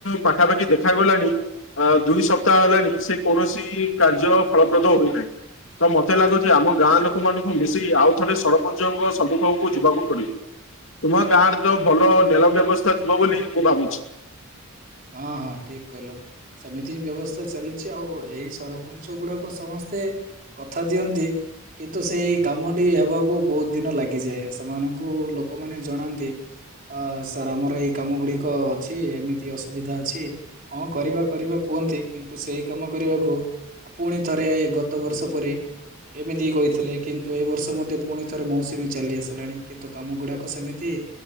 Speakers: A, on the left; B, on the right.
A: ପାଖାପାଖି ଦେଖାଗଲାଣି ଅ ଦୁଇ ସପ୍ତାହ ହେଲାଣି ସେ କୌଣସି କାର୍ଯ୍ୟ ଫଳପ୍ରଦ ହୋଇନାହିଁ। ତ ମତେ ଲାଗୁଛି ଆମ ଗାଁ ଲୋକମାନଙ୍କୁ ମିଶିକି ଆଉ ଥରେ ସରପଞ୍ଚଙ୍କ ସମ୍ମୁଖକୁ ଯିବାକୁ ପଡିବ। ତୁମ ଗାଁ ରେ ତ ଭଲ ନେଲ ବ୍ୟବସ୍ଥା ଥିବ ବୋଲି ମୁଁ ଭାବୁଛି।
B: ହଁ ହଁ ଠିକ କହିଲ। ସେମିତି ହିଁ ବ୍ୟବସ୍ଥା ଚାଲିଛି ଆଉ ଏଇ ସରପଞ୍ଚ ଗୁଡାକ ସମସ୍ତେ କଥା ଦିଅନ୍ତି। କିନ୍ତୁ ସେଇ କାମଟି ହେବାକୁ ବହୁତ ଦିନ ଲାଗିଯାଏ ସେମାନଙ୍କୁ ଲୋକମାନେ ଜଣାନ୍ତି। ଅ ସାର୍ ଆମର ଏଇ କାମ ଗୁଡିକ ଅଛି ଏମି ତି ଅସୁବିଧା ଅଛି ହଁ କରିବା କରିବା କୁହନ୍ତି କିନ୍ତୁ ସେଇ କାମ କରିବାକୁ। ପୁଣି ଥରେ ଗତ ବର୍ଷ ପରି। ଏମିତିି କହିଥିଲେ କିନ୍ତୁ ଏ ବର୍ଷ ମଧ୍ୟ ପୁଣି ଥରେ ମୌସୁମୀ ଚାଲି ଆସିଲାଣି କିନ୍ତୁ କାମ ଗୁଡାକ ସେମିତି।